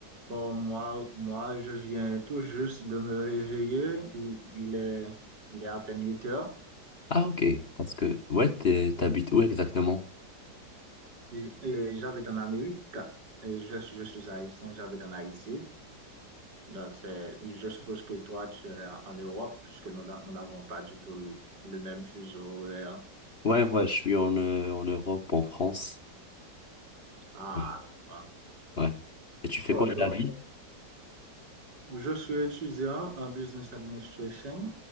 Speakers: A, on the right (about 80°); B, on the left (about 40°).
A: Bon, moi, moi, je viens tout juste de me réveiller. Il, il est, il est à peine 8 heures.
B: Ah, ok. Parce que, ouais, t'es- t'habites où exactement?
A: Et j'habite en Amérique. Et je, je suis haïtien, j'habite en Haïti. Donc, c'est, je suppose que toi, tu es en Europe, puisque nous n'a- nous n'avons pas du tout le, le même fuseau horaire.
B: Ouais, ouais, je suis en, euh, en Europe, en France.
A: Ah,
B: Oui.
A: ah.
B: Ouais. Et tu fais
A: Oh,
B: quoi
A: donc,
B: de la vie?
A: Je suis étudiant en business administration.